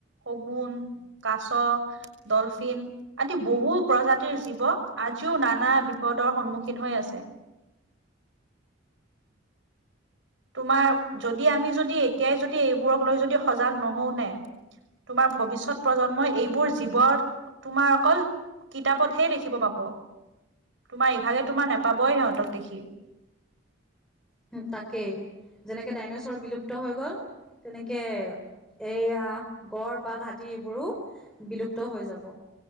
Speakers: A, on the right; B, in the centre.
A: শগুন, কাছ ডলফিন আদি বহু প্ৰজাতিৰ জীৱ আজিও নানা বিপদৰ সন্মুখীন হৈ আছে। আছে। তোমাৰ যদি আমি যদি এতিয়াই যদি এইবোৰক লৈ যদি সজাগ নহও নাই, তোমাৰ ভৱিষ্যত প্ৰজন্মই এইবোৰ জীৱৰ তোমাৰ অকল কিতাপতহে দেখিব পাব। তোমাৰ ইভাগে তোমাৰ নাপাবই সিহঁতক দেখি।
B: তাকেই। যেনেকে ডাইনছৰ বিলুপ্ত হৈ গ'ল। তেনেকে এইয়া গড় বাঘ, হাতী এইবোৰো বিলুপ্ত হৈ যাব।